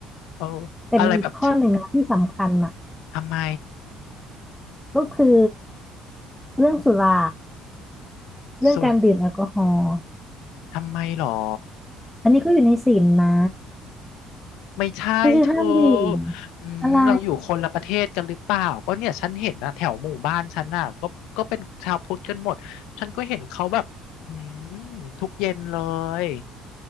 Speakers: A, on the left; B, in the centre.
A: เออ
B: แต่มีอีกข้อหนึ่งนะที่สำคัญน่ะ
A: อะไรแบบเธอทำไม
B: ก็คือเรื่องสุราเรื่องการดื่มแอลกอฮอล์
A: สุรทำไมหรอ
B: อันนี้ก็อยู่ในศีลนะ
A: ไม่ใช่เธอ
B: ก็คือห้ามดื่ม
A: อืมเราอยู่คนละประเทศกันหรือเปล่าก็เนี่ยฉันเห็นนะแถวหมู่บ้านฉันน่ะก็ก็เป็นชาวพุทธกันหมด
B: อะไร
A: ฉันก็เห็นเขาแบบอืมทุกเย็นเลย